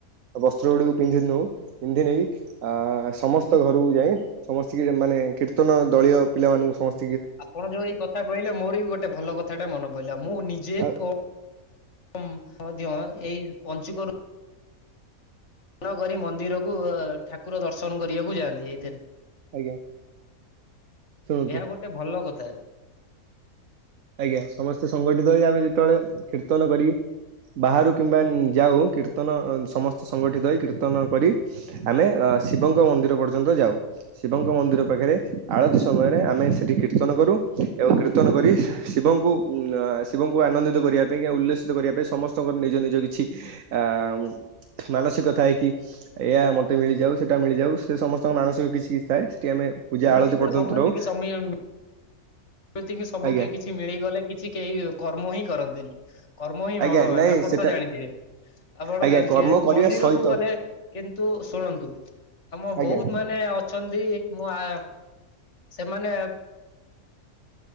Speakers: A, on the right; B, on the left.
A: ଆଉ ବସ୍ତ୍ର ଗୁଡ଼ିକୁ ପିନ୍ଧି ନୋଉ ପିନ୍ଧି ନେଇଁ ଆ ସମସ୍ତ ଘରକୁ ଯାଇ ସମସ୍ତିକି ମାନେ କୀର୍ତ୍ତନ ଦଳୀୟ ପିଲାମାନଙ୍କୁ ସମସ୍ତ
B: ଆପଣ ଯୋଉ ଏଇ କଥା କହିଲେ ମୋରବି ଗୋଟେ ଭଲ କଥାଟେ ମନେ ପଡ଼ିଲା ମୁଁ ନିଜେ
A: ଆଉ
B: କୋ ମ୍ପ ମଧ୍ୟ ଏଇ ମପଞ୍ଚୁକରୁ ଦର୍ନ କରି ମନ୍ଦିରକୁ ଠାକୁର ଦର୍ଶନ କରିବାକୁ ଯାଆନ୍ତି ଏଇଥିରେ।
A: ଆଜ୍ଞା। ଶୁଣନ୍ତୁ
B: ଏହା ଗୋଟେ ଭଲ କଥା।
A: ଆଜ୍ଞା ସମସ୍ତେ ସଂଗଠିତ ହେଇ ଆମେ ଯେତେବେଳେ କୀର୍ତ୍ତନ କରି ବାହାରୁ କିମ୍ବା ଯାଉ କୀର୍ତ୍ତନ ସମସ୍ତ ସଂଗଠିତ ହୋଇ କୀର୍ତ୍ତନ କରି ଆମେ ଅସ ଶିବଙ୍କ ମନ୍ଦିର ପର୍ଯ୍ୟନ୍ତ ଯାଉ। ଶିବଙ୍କ ମନ୍ଦିର ପାଖରେ ଆଳତି ସମୟରେ ଆମେ ସେଠି କୀର୍ତ୍ତନ କରୁ ଏବଂ କୀର୍ତ୍ତନ କରି ଶିବଙ୍କୁ ଶିବଙ୍କୁ ଆନନ୍ଦିତ କରିବା ପାଇଁ ଉଲ୍ସିତ କରିବା ପାଇଁ ସମସ୍ତଙ୍କର ନିଜ ନିଜ କିଛି ଆଁ ମାନସିକ ଥାଏକିି ଏଇୟା ମତେ ମିଳିଯାଉ ସେଟା ମିଳିଯାଉ ସେ ସମସ୍ତଙ୍କ ମାନସିକ କିଛି କିଛି ଥାଏ ସେଠି ଆମେ ପୂଜା
B: ଏମିତି
A: ଆଳତି
B: ତ
A: ପର୍ଯ୍ୟନ୍ତ
B: ସମସ୍ତିକି
A: ରହୁ।
B: ସମତିକି ସମୀ ଏମିତିକି ସବୁ
A: ଆଜ୍ଞା
B: କେଇ କିଛି ମିଳିଗଲେ କିଛି କେହି କର୍ମହିଁ କରନ୍ତେନି। କର୍ମହିଁ
A: ଆଜ୍ଞା
B: ଭଗବାନ୍
A: ନାଇଁ
B: ଆପଣତ
A: ସେଟା
B: ଜାଣିଥିବେ ଆପଣ
A: ଆଜ୍ଞା
B: ଜାଣିଥିବେ
A: କର୍ମ କରିବା
B: ମନ୍ଦିରକୁ
A: ସହିତ
B: ଗଲେ କିନ୍ତୁ ଶୁଣନ୍ତୁ ଆମ
A: ଆଜ୍ଞା
B: ବହୁତ୍ ମାନେ ଅ ଛନ୍ତି ମୁଁ ଆ ସେମାନେ